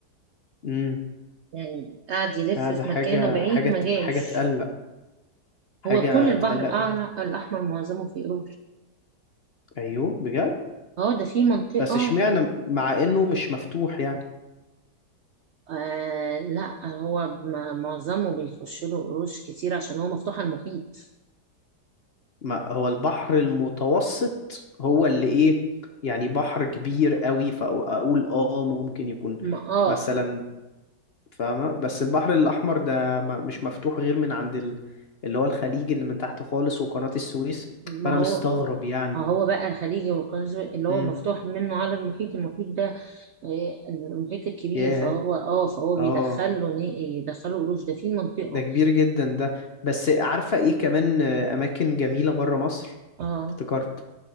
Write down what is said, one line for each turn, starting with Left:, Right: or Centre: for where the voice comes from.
Left: مم.
Right: يعني قعد يلف
Left: لا
Right: في
Left: ده حاجة
Right: مكانه بعيد
Left: حاجة
Right: ما
Left: ت-
Right: جاش
Left: حاجة تقلق حاجة
Right: هو كل البحر
Left: تقلق
Right: الأعر-
Left: جدا
Right: الاحمر معظمه فيه قروش
Left: أيوه بجد
Right: اه ده في منطقه
Left: بس اشمعنى مع إنه مش مفتوح يعني
Right: آه لا هو م- معظمه بيخش له قروش كتير عشان هو مفتوح على المحيط
Left: ما هو البحر المتوسط هو اللي إيه يعني بحر كبير قوي فأقول آه ممكن يكون
Right: ما اه
Left: مثلا فاهمة بس البحر الأحمر ده ما مش مفتوح غير من عند ال... اللي هو الخليج اللي من تحت خالص وقناة السويس
Right: ما
Left: فأنا
Right: هو
Left: مستغرب يعني
Right: هو بقى الخليجي والقناص اللي هو
Left: امم
Right: مفتوح منه على المحيط المحيط ده آه، المحيط الكبير
Left: ياه
Right: فهو اه فهو
Left: اه
Right: بيدخله ن- يدخله قروش ده في منطقة
Left: ده كبير جدا ده بس عارفة ايه كمان آه، اماكن جميلة برا مصر
Right: اه
Left: افتكرت